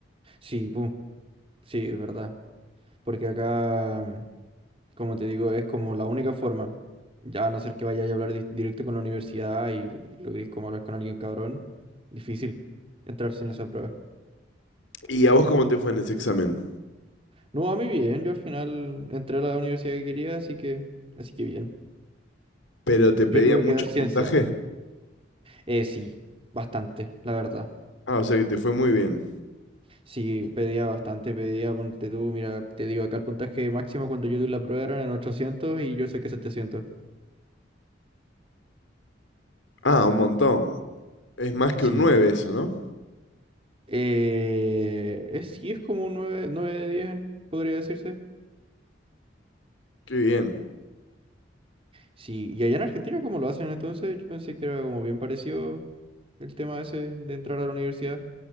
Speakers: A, on the right; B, on the left.
A: Sí, pum, sí, es verdad, porque acá... Como te digo, es como la única forma. Ya a no ser que vaya a hablar di- directo con la universidad y logres como hablar con alguien cabrón, difícil entrar sin esa prueba.
B: ¿Y a vos cómo te fue en ese examen?
A: No, a mí bien, yo al final entré a la universidad que quería, así que, así que bien.
B: ¿Pero te
A: Yo
B: pedía
A: tuve
B: mucho
A: que dar
B: puntaje?
A: ciencia. Eh, sí, bastante, la verdad.
B: Ah, o sea que te fue muy bien.
A: Sí, pedía bastante, pedía, ponte tú, mira, te digo, acá el puntaje máximo cuando yo di la prueba eran en 800 y yo saqué setecientos
B: Ah, un montón. Es más que
A: Sí.
B: un nueve eso, ¿no?
A: Eh, es, sí, es como un 9 9 de 10 podría decirse.
B: Qué bien.
A: Sí, y allá en Argentina, ¿cómo lo hacen entonces? Yo pensé que era como bien parecido el tema ese de entrar a la universidad.